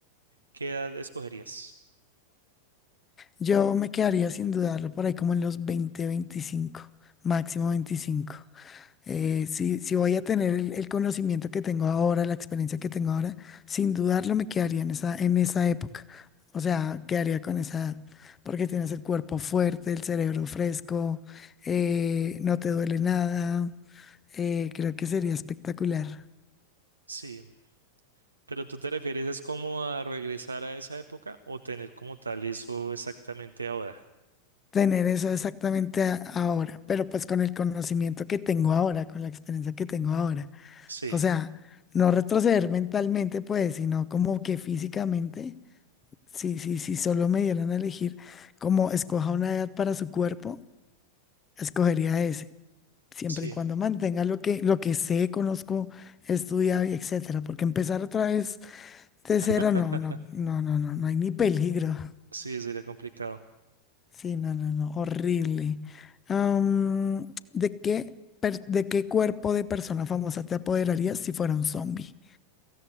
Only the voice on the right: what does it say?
qué edad escogerías?
Sí, pero tú te refieres es como a regresar a esa época o tener como tal eso exactamente ahora.
Sí,
sí,
<laughs>
sí, sería complicado.